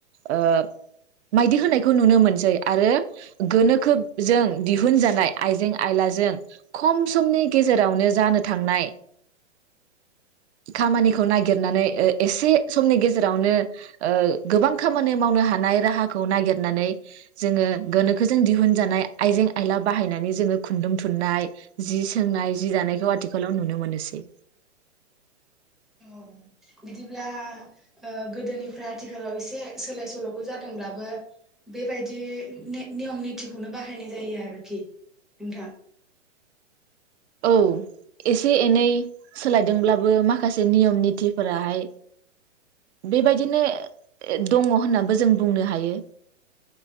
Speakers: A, on the right; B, in the centre.
A: ओ मायदि होनाय खौ नुनो मोनसै आरो गोनोखो जों दिहुनजानाय आइजें आइलाजों खम समनि गेजेरावनो जानो थांनाय खामानिखौ नागिरनानै ओ एसे समनि गेजेरावनो ओ गोबां खामानि मावनो हानाय राहाखौ नागिरनानै जोङो गोनोखोजों दिहुनजानाय आइजें आयला बाहायनानै जोङो खुन्दुं थुननाय जि सोंनाय जि दानायखौ आथिखालाव नुनो मोनोसै
B: औ बिदिब्ला ओ गोदोनिफ्राय आथिखालाव एसे सोलाय सोल'खौ जादोंब्लाबो बेबायदि नियम नितिखौनो बाहायनाय जायो आरोखि नोंथां
A: औ एसे एनै सोलायदोंब्लाबो माखासे नियम नितिफोराहाय बेबायदिनो दङ होननाबो जों बुंनो हायो।